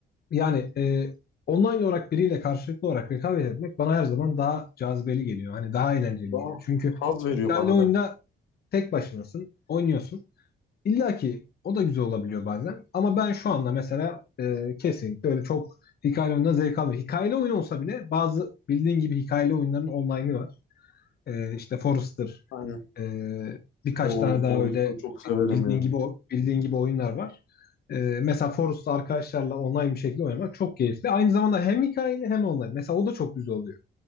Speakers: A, on the left (about 50°); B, on the left (about 80°).
A: yani e, online olarak biriyle karşılıklı olarak rekabet etmek bana her zaman daha cazibeli geliyor. Hani daha eğlenceli
B: Daha
A: geliyor. Çünkü
B: haz veriyor
A: hikayeli
B: bana
A: oyunda
B: da.
A: tek başınasın, oynuyorsun. İlla ki o da güzel olabiliyor bazen. Ama ben şu anda mesela e, kesinlikle öyle çok hikayeli oyundan zevk almıyorum. Hikayeli oyun olsa bile bazı bildiğin gibi hikayeli oyunların online'ı var. E, işte Forrester,
B: Aynen.
A: e, birkaç
B: O
A: tane
B: Forest'ı
A: daha öyle
B: çok severim
A: bildiğin
B: yani.
A: gibi bildiğin gibi oyunlar var. E, mesela Forrester arkadaşlarla online bir şekilde oynamak çok keyifli. Aynı zamanda hem hikayeli hem online. Mesela o da çok güzel oluyor.